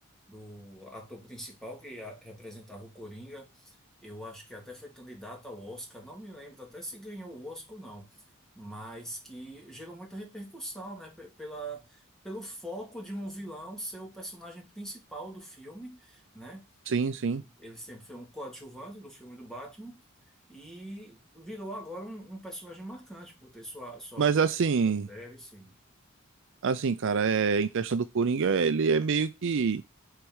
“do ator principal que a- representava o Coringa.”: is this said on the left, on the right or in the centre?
Centre